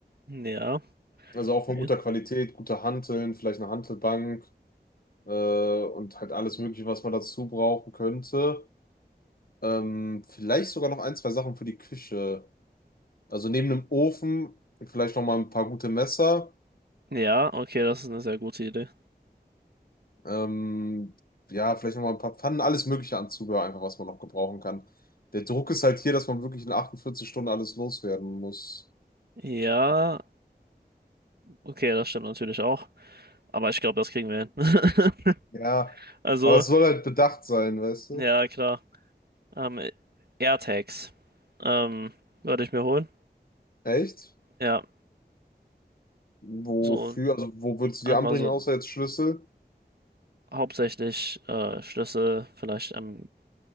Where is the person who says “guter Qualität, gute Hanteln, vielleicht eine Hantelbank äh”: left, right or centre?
Left